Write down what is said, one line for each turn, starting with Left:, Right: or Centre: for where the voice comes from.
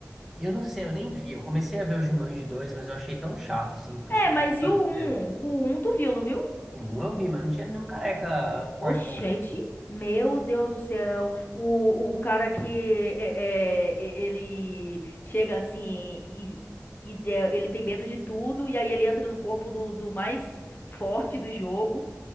Centre: eu não sei, eu nem vi. Eu comecei a ver o Jumanji 2, mas eu achei tão chato, assim, porque
Left: É,
Centre: eu sou
Left: mas
Centre: fã
Left: e
Centre: do
Left: o
Centre: primeiro.
Left: um O um tu viu, não viu?
Centre: O um eu vi, mas não tinha nenhum careca fortão.
Left: Oxente, meu Deus do céu, o, o, o cara que é, é, e- ele chega assim e, e, é, ele tem medo de tudo, e aí ele entra no corpo do, do mais forte do jogo.